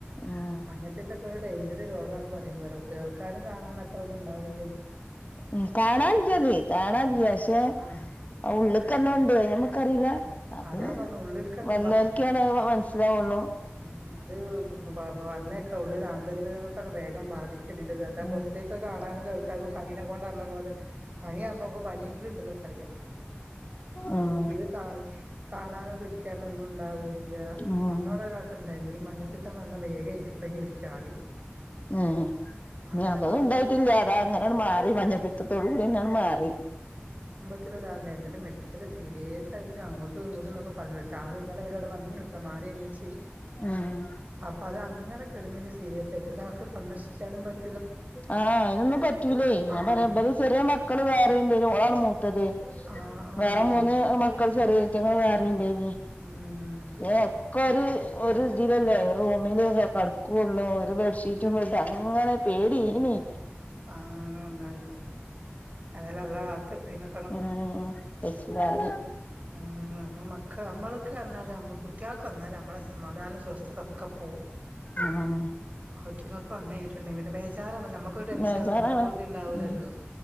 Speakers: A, on the left; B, on the right.
A: ഉം
B: അങ്ങനതൊക്കെ ഒരു ഡൈൻജർ രോഗാണ് പറയുമ്പോലെ കേൾക്കാനും കാണാനും അത്രന്നുണ്ടാവില്ല
A: ഉം കാണാനില്ലത് കാണാനില്ല പക്ഷേ,
B: ആ
A: ഉള്ള്ക്ക് നല്ലോണ്ട് ഞ നമുക്കറിയില്ല അത്
B: അതാ പറഞ്ഞെ ഉള്ളിൽക്കാണ്
A: വന്നോല്ക്ക് അ മനസ്സിലാവുള്ളു
B: ഉം അത് പറ് പറഞ്ഞയ് ക്കുള്ളിലേക്ക് ആന്തരികകൾക്കാണ് വേഗം ബാധിക്കതിന്റേത് അല്ലാതെ പൊറത്തേക്കത്
A: ഉം
B: കാണാനും കേൾക്കാനും പ്പം പനിനെക്കൊണ്ട് പറഞ്ഞപോലെ പനിയാകുമ്പോ നമ്മക്ക് പന്യെങ്കിലുണ്ടെന്ന് പറയാ.
A: ഉം
B: ഇത് കായ് കാണാനോ പിടിക്കാനോ ഒന്നുണ്ടാവുല്ല്യ
A: ഉം
B: നമ്മളവിടെ
A: ഉം
B: ഒരാക്ക ഇണ്ടായിനി വ മഞ്ഞപ്പിത്തം വന്ന വേഗം എലിപ്പനി പിടിക്കും ആദ്യം
A: ഏ
B: അങ്ങനെയൊക്കെ
A: ഞ അതൊന്നും
B: വന്നിട്ട്
A: ഉണ്ടായിട്ടില്ല അതാ അങ്ങനെങ്ങട് മാറി മഞ്ഞപ്പിത്തത്തോട് കൂടിയെങ്ങട് മാറി.
B: <unintelligible> മെഡിക്കൽ സീരേയസ് ആയിട്ട് അങ്ങോട്ടും ഇങ്ങോട്ടുംന്നൊക്കെ പറഞ്ഞ് പക്ഷേ ആൾ ഇന്നലെ വരെ ഇവിടെ വന്നീനുട്ടോ മാറി എണീച്ച്.
A: ഉം
B: അപ്പൊ അത് അങ്ങനെ കെടെന്നിനു സീരിയസ് ആയിട്ട് ഒരാൾക്ക് സന്ദർശിക്കാനും പറ്റു
A: ആഹ് അതിനൊന്നും പറ്റൂലേയ് ഞാൻ
B: ആഹ്
A: പറയാ ഇബൽ
B: ഇത്
A: ചെറിയ മക്കള് വേറിണ്ട് ഓളാണ് മൂത്തത്.
B: ആഹ് ആഹ്
A: വേറെ മൂന്ന് മക്കൾ ചെറീറ്റങ്ങൾ വേറി ണ്ട്
B: ഉം
A: ഏ ഓക്കൊരു ഒരു ഇതിലല്ലേ റൂമിലല്ലേ കടക്കോള്ളു ഒരു ബെഡ്ഷീറ്റും ട്ട് അങ്ങനെ പേടിയ്നിം
B: ആ ഒന്നായിറ്റ് അതല്ലല്ല കാലത്ത് അയ് ന്ന്
A: ഉം പ്പശീലായി
B: നമ്മൾ മക്കൾ നമ്മൾക്ക് പറഞ്ഞാൽ നമ്മ കുട്ട്യാൾക്ക് വന്നാൽ നമ്മളെ സമാധാനം സ്വസ്ഥതക്കെ ഓക്കെ പോകും
A: ഉം
B: അയ്റ്റങ്ങൾക്ക് വന്നയിഞ്ഞിട്ടണ്ടെങ്കിൽ പിന്നെ ബേജാറാ നമുക്കൊരു ടെൻഷ
A: ബേജാറാണ്
B: നിക്കപ്പൊറുതിണ്ടാവുല്ലല്ലോ
A: ഉം